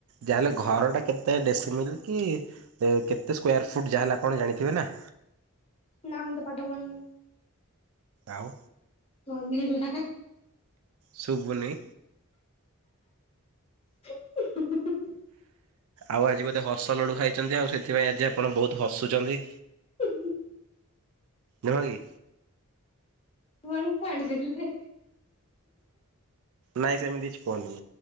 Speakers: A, on the right; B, on the left.
A: ଯାହାହେଲେ ଘରଟା କେତେ ଡେଶୀ ମିଲ୍ କି ତ କେତେ ସ୍କୋୟାର୍ ଫୁଟ୍ ଯାହେଲେ ଆପଣ ଜାଣିଥିବେ ନା?
B: ନା ମୁ ତ ତ ପାଠ ପଢନି।
A: ଆଉ।
B: ଗନ୍ଧେଇଲା।
A: ଶୁବୁନି?
B: <unintelligible>
A: ଆଉ ଆଜି ବୋଧେ ହସ ଲଡୁ ଖାଇଛନ୍ତି, ଆଉ ସେଥିପାଇଁ ଆଜି ଆପଣ ବହୁତ ହସୁଛନ୍ତି।
B: ହଁ
A: ନୁହଁ କି?
B: ୱାନ ପାଡ଼ି ଦେଲେ।
A: ନାଇଁ ସେମିତି କିଛି କୁହନି